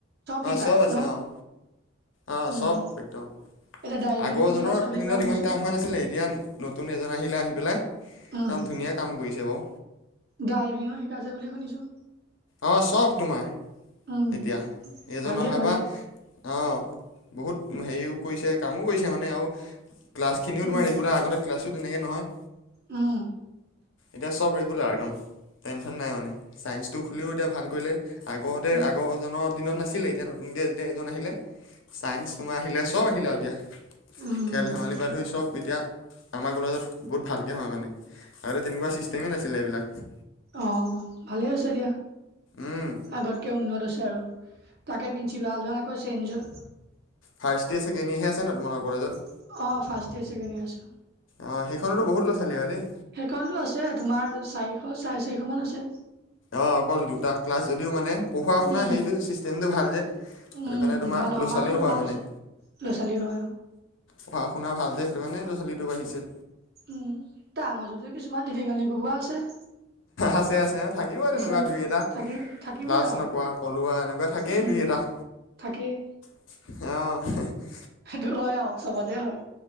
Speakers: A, on the right; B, on the left.
A: শিকায়
B: অ চব আছে
A: ন
B: অঁ। অ
A: উম
B: চব একদম
A: এতিয়া ড্ৰাইভিঙো
B: আগৰজনৰ
A: শিকাইছে বুলি
B: দিনত
A: কোৱা শুনিছো
B: ইমান কাম হোৱা নাছিলে, এতিয়া- নতুন এজন আহিলে আহি পেলাই
A: উম
B: একদম ধুনীয়া কাম কৰিছে বাৰু।
A: ড্ৰাইভিঙো শিকাইছে বুলি শুনিছো।
B: অঁ চব তোমাৰ
A: উম
B: এতিয়া এইজন
A: ভালেই
B: অহাৰ
A: ভালেই
B: পৰা। অঁ বহুত হেৰিও কৰিছে কামো কৰিছে মানে আৰু- ক্লাছখিনিও
A: উম
B: তোমাৰ ৰেগুলাৰ আগতে ক্লাছো তেনেকে নহয়।
A: উম
B: এতিয়া চব ৰেগুলাৰ একদম। টেনশ্যন নাই মানে চাইন্সটো খুলিও এতিয়া ভাল কৰিলে আগতে
A: উম
B: আগজন- দিনত নাছিলে এতিয়া নতুনকে যেতিয়া এজন আহিলে চাইন্স তোমাৰ আহিলে চব আহিলে আৰু এতিয়া।
A: উম
B: খেল ধেমালি
A: ঠিক
B: পৰা ধৰি চব এতিয়া- আমাৰ কলেজত বহুত ভালকৈ হয় মানে, আগতে তেনেকুৱা ছিষ্টেমেই নাছিলে এইবিলাক।
A: অঁ ভালেই হৈছে দিয়া
B: উম
A: আগতকে উন্নত হৈছে আৰু। তাকে প্ৰিন্ঞ্চিপালজন আকৌ change-
B: first year second year হে আছে ন তোমালোকৰ কলেজত?
A: অ ফাৰ্ষ্ট ইয়েৰ, ছেকেণ্ড ইয়েৰ আছে।
B: অ সেইখনতো বহুত ল'ৰা ছোৱালী হয় দেই।
A: সেইখনতো আছে তোমাৰ চাৰিশ, চাৰে চাৰিশ মান আছে।
B: অ অকল দুটা ক্লাছ যদিও মানে পঢ়া-শুনা
A: উম
B: হেৰিটো ছিষ্টেমটো ভাল যে সেইটো
A: উম
B: কাৰণে তোমাৰ
A: ভাল অ
B: ল'ৰা
A: আমাৰখনো
B: ছোৱালীও হয়
A: ভাল
B: মানে।
A: হৈছে ল'ৰা ছোৱালী হয় অ।
B: পঢ়া-শুনা ভাল যে সেইটো কাৰণে ল'ৰা ছোৱালীটো বাঢ়িচে।
A: ও তাৰ মাজতো কিছুমান ধিতিঙালি কোবোৱা আছে।
B: আছে আছে আৰু থাকিবই তেনেকুৱা
A: আছে
B: দুই এটা
A: থাকি থাকিবই
B: লাছ
A: আৰু
B: নকোৱা, পলুৱা এনেকুৱা থা কেই
A: উম
B: দুই এটা
A: থাকেই
B: অ
A: সেইটো হয় আও চবতে হয়